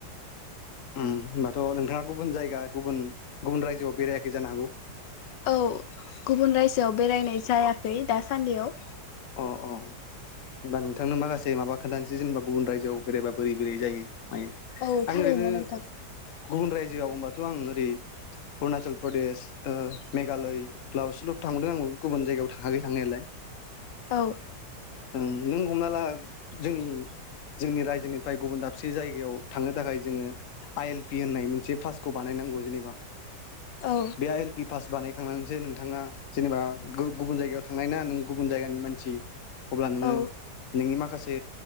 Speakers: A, on the left; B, on the left.
A: उम होमबाथ नोंथाङा गुबुन जायगा गुबुन गुबुन रायजोआव बेरायाखै जानो हागौ?
B: औ गुबुन रायजोआव बेरायनाय जाया हैै दासान्दिआव
A: अह-अह होमबा नोंथांनो माखासे माबा खोन्थानोसै जेनेबा गुबुन रायजोआव बेरायबा बोरै-बोरै जायो मायो
B: औ
A: आं
B: थारैनो
A: ओरैनो
B: नोंथाखो
A: गुबुन रायजोआव होमबाथ आं ओरै अरुणाचल प्रदेश ओ मेघालय लावसोल' थांदों आं गुबुन जायगायाव थाङाखै थांनायालाय
B: औ
A: उम नों हमना ला जोंनि-जोंनि रायजोनिफ्राय गुबुन दाबसे जायगायाव थांनो थाखाय जोङो आइ एल पि होननाय मोनसे पासखौ बानायनांगौ जेनेबा
B: औ
A: बे आइ एल पि फास बानाय थांनानैसो नोंथाङा जेनेबा गु गुबुन जायगायाव थांनाय ना नों गुबुन जाय नि मानसि अब्ला नोंङो
B: औ
A: नोंनि माख माखासे